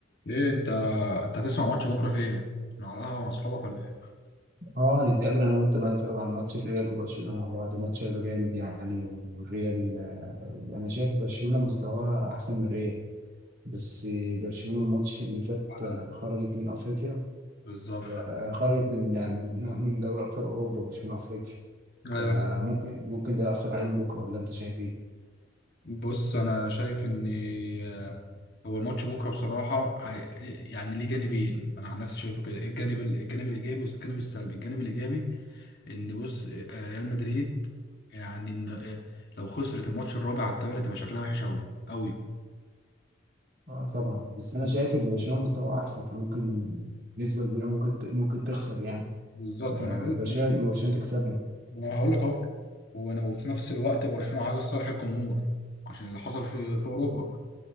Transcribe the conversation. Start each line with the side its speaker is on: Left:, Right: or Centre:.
Left: ايه انت انت هتسمع ماتش بكره فين؟ على القهوه مع اصحابك ولا ايه؟
Right: اه نتقابل انا وانت بقى نتفرج على ماتش الريال وبرشلونه مع بعض ماتش هيبقى جامد يعني والريال آه، انا شايف برشلونه مستواها احسن من الريال بس برشلونه الماتش اللي فات
Left: على
Right: آه،
Left: القهوة.
Right: خرجت من افريقيا
Left: بالظبط
Right: ف- آه، خرجت من آه، من <laughs> من دوري ابطال اوروبا مش من افريقيا
Left: ايوه
Right: فممكن ممكن ده ياثر عليهم بكره ولا انت شايف ايه؟
Left: بص انا شايف ان آه، هو الماتش بكره بصراحه هي- يعني ليه جانبين انا عن نفسي شايفه كده الجانب ال- الجانب الايجابي والجانب السلبي الجانب الايجابي ان بص آه، ريال مدريد يعني ان آه، لو خسرت الماتش الرابع على التوالي تبقى شكلها وحش قوي قوي
Right: اه طبعا بس انا
Left: بالظبط
Right: شايف ان برشلونه مستواه احسن فممكن نسبه كبيره ممكن ت- ممكن تخسر يعني
Left: بالظبط
Right: آه،
Left: ما انا هقول
Right: برشلونه برشلونه تكسبهم
Left: انا هقول لك اهو وانا وفي نفس الوقت برشلونه عايزه لصالح الجمهور عشان اللي حصل في في اوروبا